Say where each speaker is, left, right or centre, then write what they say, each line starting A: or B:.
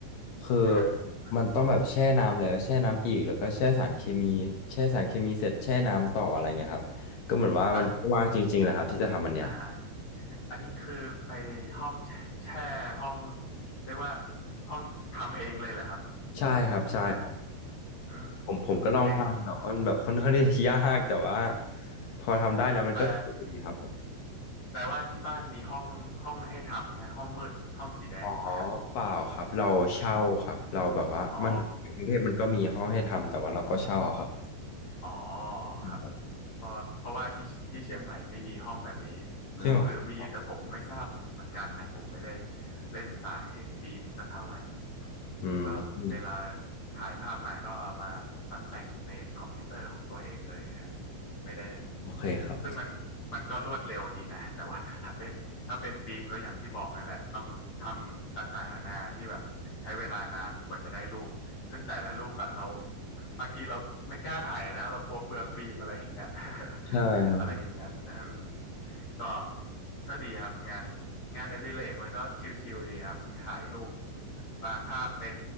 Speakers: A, on the left; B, on the left.
A: คือ
B: <laughs>
A: มันต้องแบบแช่น้ำแล้วแช่น้ำอีกแล้วก็แช่สารเคมีแช่สารเคมีเสร็จแช่น้ำต่ออะไรเงี้ยครับก็เหมือนว่ามันว่างจริงๆแหละครับที่จะทำมันเนี่ย
B: เอออ่ะอ่ะฮะอันนี้คือไปห้องแชแช่ห้องเรียกว่าห้องทำเองเลยเหรอครับ
A: ใช่ครับใช่ครับ
B: อืมอืม
A: ผมผมก็ลองทำแต่ว่ามันแบบค่อนข้างที่จะยากแต่ว่า
B: โอเค
A: พอทำได้แล้วมันก็สนุกดีครับผม
B: แต่ แปลว่าที่บ้านมีห้องห้องให้ทำนะห้องมืดห้องสีแดงใช่ไหมครับ
A: อ๋อเปล่าครับเราเช่าครับเราแบบว่ามันกรุงเทพมันก็มีห้องให้ทำแต่ว่าเราก็เช่าเอาครับ
B: อ๋ออ๋อ
A: อืม
B: ครับเพราะเพราะว่าที่ที่เชียงใหม่ไม่มีห้องแบบนี้หรือหรือมีแต่ผมไม่ทราบเหมือนกันนะผมไม่ได้
A: จริงเหรอครับ
B: เล่นสายฟิล์มสักเท่าไหร่
A: อืมอืม
B: ก็เวลาถ่ายภาพมาก็เอามาตัดแต่งในคอมพิวเตอร์ของตัวเองเลยฮะไม่ได้
A: โอเคครับผม
B: ซึ่งมันมันก็รวดเร็วดีนะ <laughs> แต่ว่าถ้าเป็นถ้าเป็นฟิล์มก็อย่างที่บอกนั่นแหละต้องทำต่างๆนานาที่แบบใช้เวลานานกว่าจะได้รูปซึ่งแต่ละรูปอะเราบางทีเราไม่กล้าถ่ายนะเรากลัวเปลืองฟิล์มอะไรอย่างเงี้ย <laughs>
A: ใช่ครับ
B: อะไรอย่างนั้นอืมก็ก็ดีครับงาน งานอดิเรกมันก็ชิลๆดีครับถ่ายรูปบางภาพเป็น